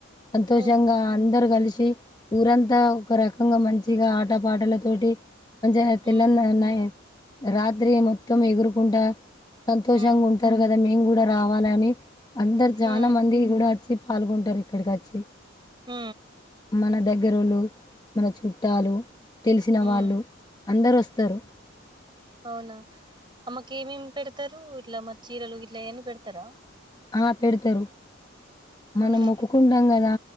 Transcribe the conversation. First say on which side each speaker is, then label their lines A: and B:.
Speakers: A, on the left; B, on the right.
A: సంతోషంగా
B: హ్మ్
A: అందరు కలిసి ఊరంతా ఒక రకంగా మంచిగా ఆట పాటల తోటి మంచి
B: హ్మ్
A: తెిల్లన నై రాత్రి మొత్తం ఎగురుకుంట సంతోషంగా
B: హ్మ్
A: ఉంటారు కదా మేము గూడ రావాలని అందరు జాన
B: హ్మ్
A: మంది కూడా వచ్చి పాల్గొంటారు ఇక్కడికి వచ్చి
B: ఊ
A: మన దగ్గరోలు మన చుట్టాలు తెలిసిన
B: హ్మ్
A: వాళ్ళు అందరొస్తరు
B: అవునా అమ్మకి ఏమేమి పెడతరు ఇట్లా మ చీరలు ఇట్లా అవన్నీ పెడతారా
A: ఆ పెడతరు
B: అవునా
A: మనం మొక్కుకుంటాం గదా